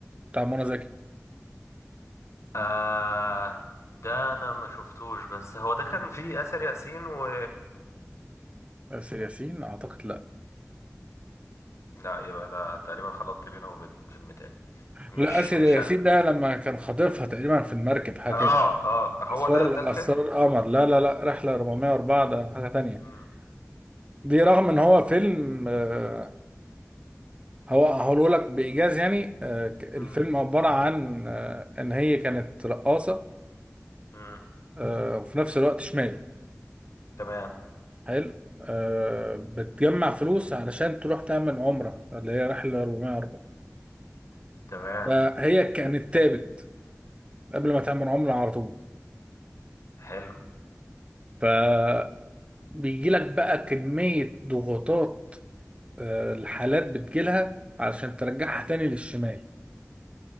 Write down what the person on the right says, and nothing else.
بتاع منى زكي
آسر ياسين اعتقد لا
لا آسر
ياسين
ده لما كان خاطفها تقريبا في المركب حاجه
كده
اسرار
اسرار القمر لا لا لا رحله 404 ده حاجه تانية
دي رغم ان هو فيلم آه، هو هقوله لك بايجاز يعني آه، ك- الفيلم
عباره عن آه، ان هي كانت رقاصه
آه، وفي نفس الوقت شمال
حلو آه، بتجمع فلوس علشان تروح تعمل عمره اللي هي رحله 404
فهي كانت تابت قبل ما تعمل عمره على طول
فبيجي لك بقى كميه ضغوطات آه، الحالات بتجيلها علشان ترجعها تاني للشمال